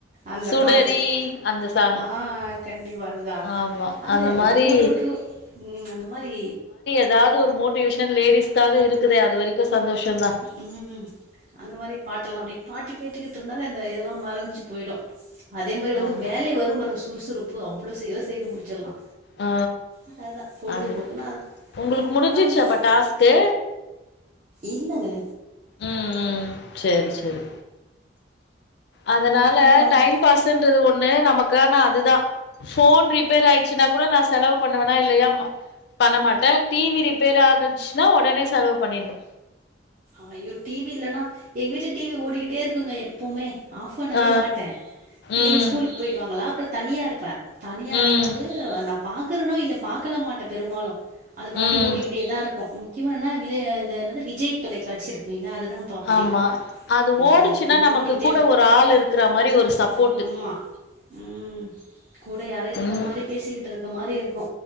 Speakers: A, on the right; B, on the left.
A: அந்த
B: சுடரி
A: பாட்டு
B: அந்த சாங்
A: ஆ கண்டிப்பா இதா
B: ஆமா
A: அது
B: அந்த
A: எப்பவாது
B: மாரி
A: போட்டு வுட்டுருவோ அந்த மாரி
B: ஏதாது ஒரு மோட்டிவேஷன் லேடிஸ்காக இருக்குது அது வரைக்கும் சந்தோஷம் தா
A: உஹும் அந்த மாரி பாட்டெல்லாம் அப்படி பாட்டு கேட்டுக்கிட்டு இருந்தாலே இந்த இதெல்லா மறஞ்சு போயிடும் அதே மாரி வந்து
B: ஆமா
A: வேலை வரும் பாருங்க சுறுசுறுப்பு அவ்வளோ ச செய்து முடிச்சிடலா
B: ஆ
A: ம் அதா பொழுதுபோக்குன்னா
B: அது
A: அ
B: உங்களுக்கு முடிஞ்சிச்சாப்பா
A: படங்கள்
B: டாஸ்க்கு
A: இல்லங்க
B: ம் ம் செரி செரி அதனால
A: அப்புற கொழந்த
B: டைம் பாஸ்ன்றது ஒண்ணு நமக்கானா அதுதா ஃபோன் ரிப்பேர் ஆயிடுச்சுனா கூட நா செலவு பண்ணுவனா இல்லையா ம பண்ணமாட்ட டிவி ரிப்பேர் ஆகச்சுனா ஒடனே செலவு பண்ணிர்ன்னு
A: ஆயோ டிவி இல்லனா எங்க வீட்ல டிவி ஓடிக்கிட்டே இருக்குங்க எப்பமே ஆஃப் பண்ணவே
B: ஆ
A: மாட்ட பிள்ளைங்க
B: ம்
A: ஸ்கூலுக்கு போயிடு வாங்கலா அப்றோ தனியாருப்பே தனியாருக்கம்
B: ம்
A: போது நா பாக்கறோனோ இல்ல பாக்கலா மாட்ட பெரும்பாலு அது பாட்டுக்கு
B: ம்
A: ஓடிக்கிட்டேதா இருக்கு முக்கியமா என்னா விஜய இந்த என்னது விஜய் தொலைக்காட்சி இருக்குல அதுதா பாப்பனே
B: ஆமா
A: நா
B: ஓடுச்சுன்னா
A: அது எப்பமே
B: நமக்கு
A: ஓடிக்கிட்டே
B: கூட
A: இருக்கு
B: ஒரு ஆள் இருக்கிற மாரி ஒரு சப்போர்ட்டு
A: ஆமா ம் கூட யாரோ இருக்க
B: ம்
A: மாரி பேசிக்கிட்டு இருக்க மாரி இருக்கு